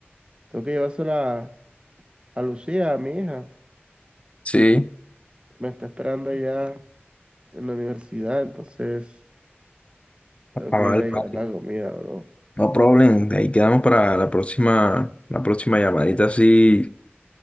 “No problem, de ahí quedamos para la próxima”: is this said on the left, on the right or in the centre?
Left